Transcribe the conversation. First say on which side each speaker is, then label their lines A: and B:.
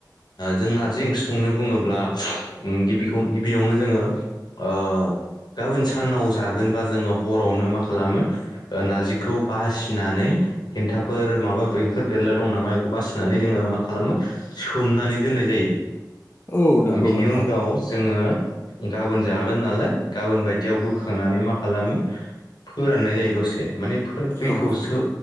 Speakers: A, on the left (about 70°); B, on the left (about 30°).
A: जों नार्जि ओंख्रि संनो बुङोब्ला गिबिखौ गिबियावनो जोङो ओ गाबोन सानाव जागोनबा जोङो हरावनो मा खालामो ओ नारजिखौ बासिनानै देन्थाफोर माबा बेंफोर बेरला दं नामा बेखौ बासिनानै जोङो मा खालामो सोमनानै दोननाय जायो
B: औ नंगौ
A: ओ बिनि
B: नोंथां
A: उनगाव जोङो गाबोन जागोन नालाय गाबोन बायदियाव बोखांनानै मा खालामो फोराननाय जायो दसे माने फोर दैखौ
B: औ
A: सो